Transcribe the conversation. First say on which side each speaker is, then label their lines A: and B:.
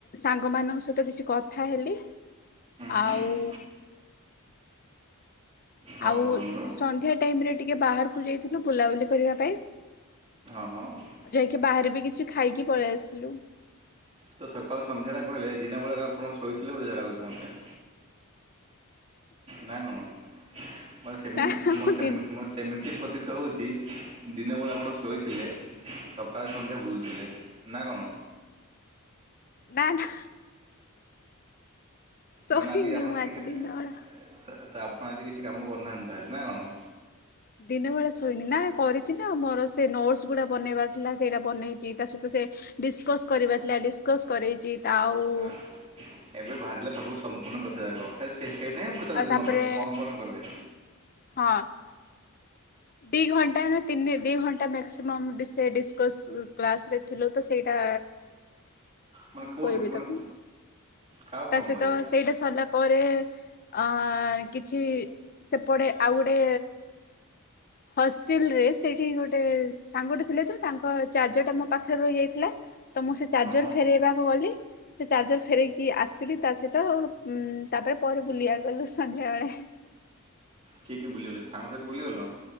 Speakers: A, on the left; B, on the right.
A: ସାଙ୍ଗ ମାନଙ୍କ ସହିତ କିଛି କଥା ହେଲି।
B: ହୁଁ
A: ଆଉ
B: ହୁଁ ହଁ
A: ଆଉ
B: କୁହନ୍ତୁ
A: ସନ୍ଧ୍ୟା ଟାଇମ୍ ରେ ଟିକେ ବାହାରକୁ ଯାଇଥିଲୁ ବୁଲାବୁଲି କରିବା ପାଇଁ।
B: ପାଇଁ ହଁ ହଁ
A: ଯାଇକି ବାହାରେ ବି କିଛି ଖାଇକି ପଳେଇ ଆସିଲୁ।
B: ତ ସକାଳୁ ସନ୍ଧ୍ୟାଟା କହିଲେ ଦିନ ବେଳେ ଆପଣଙ୍କୁ ଶୋଇଥିଲେ ବୋଧେ ଲାଗୁଛି ମତେ। ନା କଣ? ମଏ ସେମିତି
A: ନା
B: ପ୍ର ମଏ ସେମି
A: ଦିନ
B: ମତେ ସେମିତି ପ୍ରତୀତ ହୋଉଛି ଦିନବେଳେ ଆପଣ ଶୋଇଥିଲେ। ସକାଳେ ସନ୍ଧ୍ୟା ବୁଲୁଥିଲେ ନା କଣ?
A: ନା ନା। ଶୋଇନି
B: ମାନେ ଆଜିକି ଆପଣ
A: ମୁଁ
B: କି
A: ଆଜି
B: ଖା <unintelligible>
A: ଦିନ ବେଳା।
B: ତ ଆପଣ ଆଜି କିଛି କାମ କରୁନାହାନ୍ତି ତାହେଲେ ନା କଣ?
A: ଦିନ ବେଳେ ଶୋଇନି ନା କରିଛି ନା ମର ସେ ନୋଟ୍ ସ୍ ଗୁଡ଼ା ବ ବନେଇବାର୍ ଥିଲା ସେଇଟା ବନେଇଛି ତା ସହିତ ସେ ଡିସ୍ କସ୍ କରିବାର୍ ଥିଲା ଡିସ୍ କସ୍ କରେଇଚି ଆଉ
B: ଏବେ ବାହାରିଲା ସବୁ ସମ୍ପୁର୍ଣ୍ଣ କଥା ଯାକ। ହେ ସେଇଟା ହିଁ ପଚାରୁଛି
A: ଆଉ ତାପରେ
B: ମୁଁ ଆପଣଙ୍କୁ କଣ କଣ କଲେ।
A: ହଁ ଦି ଘଣ୍ଟା ନା ତିନି ଦି ଘଣ୍ଟା ମ୍ୟାକ୍ସିମମ୍ ଡିସ୍ ସେ ଡିସ୍ କସ୍ କ୍ଲାସ୍ ରେ ଥିଲୁ ତ ସେଇଟା
B: ମାନେ
A: କଣ
B: କେଉଁଠି
A: କହିବି
B: ମାନେ
A: ତାକୁ?
B: କାହାକୁ
A: ତା
B: କ'ଣ
A: ସହିତ
B: କହିବେ
A: ସେଇଟା ସରିଲା ପରେ ଅ କିଛି ସେପଟେ ଆଉ ଗୋଟେ ହଷ୍ଟେଲ୍ ରେ ସେଇଠି ଗୋଟେ ସାଙ୍ଗଟେ ଥିଲେ ତ ତାଙ୍କ ଚାର୍ଜର୍ ଟା ମୋ ପାଖରେ ରହି ଯାଇଥିଲା ତ ମୁଁ ସେ ଚାର୍ଜର୍
B: ହଁ
A: ଫେରେଇବାକୁ ଗଲି। ସେ ଚାର୍ଜର ଫେରଇକି ଆସିଲି ତା ସହିତ ଉଁମ୍ ତାପରେ ପରେ ବୁଲିଆ ଗଲୁ ସନ୍ଧ୍ୟାବେଳେ।
B: କିଏ କିଏ ବୁଲିଗଲେ ସାଙ୍ଗ ସହିତ ବୁଲିଗଲ?